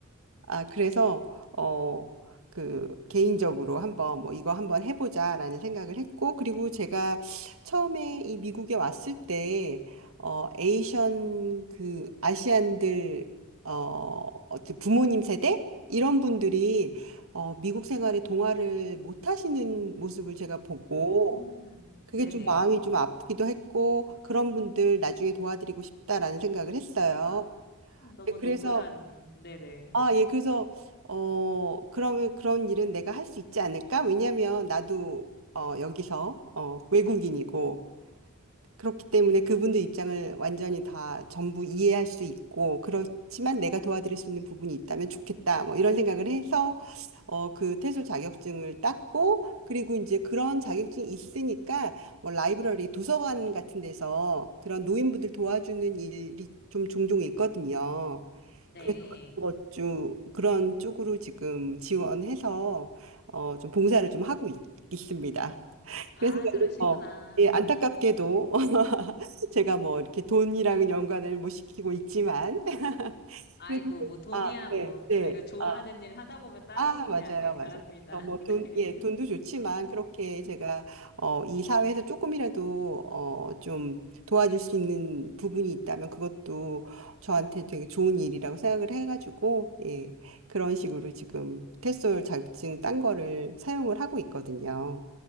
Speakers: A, on the right (about 70°); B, on the left (about 50°).
A: 아, 그래서 어, 그 개인적으로 한번 뭐 이거 한번 해보자라는 생각을 했고 그리고 제가 처음에 이 미국에 왔을 때 어, 에이션 그 아시안들 어, 어째- 부모님 세대 이런 분들이 어, 미국 생활에 동화를 못 하시는 모습을 제가 보고
B: 음,
A: 그게
B: 네네.
A: 좀 마음이 좀 아프기도 했고 그런 분들 나중에 도와드리고 싶다라는 생각을 했어요.
B: 아, 너무
A: 네,
B: 노블한,
A: 그래서
B: 네네.
A: 아, 예, 그래서, 어, 그러면 그런 일은 내가 할 수 있지 않을까? 왜냐면 나도, 어, 여기서, 어, 외국인이고, 그렇기 때문에 그분들 입장을 완전히 다 전부 이해할 수 있고, 그렇지만 내가 도와드릴 수 있는 부분이 있다면 좋겠다. 뭐 이런 생각을 해서, 어, 그 퇴솔 자격증을 땄고, 그리고 이제 그런 자격증이 있으니까, 뭐 라이브러리, 도서관 같은 데서 그런 노인분들 도와주는 일이 좀 종종 있거든요.
B: 네.
A: 그래서 그것 좀 그런 쪽으로 지금 지원해서 어, 좀 봉사를 좀 하고 있, 습니다
B: 아,
A: 그래서 저는,
B: 그러시구나.
A: 어, 예, 안타깝게도 <laughs> 제가 뭐 이렇게 돈이랑 연관을 못 시키고 있지만 <laughs>
B: 아이고,
A: 그래도 좀-
B: 뭐 돈이야,
A: 아, 네,
B: 뭐.
A: 네.
B: 저희가 좋아하는
A: 아,
B: 일 하다 보면 따라오는
A: 아, 맞아요,
B: 게 아닐까
A: 맞아요.
B: 합니다.
A: 어, 뭐
B: <laughs>
A: 돈,
B: 네.
A: 예, 돈도 좋지만 그렇게 제가 어, 이 사회에서 조금이라도 어, 좀 도와줄 수 있는 부분이 있다면 그것도 저한테 되게 좋은 일이라고 생각을 해가지고 예, 그런 식으로 지금 테솔 자격증 딴 거를 사용을 하고 있거든요.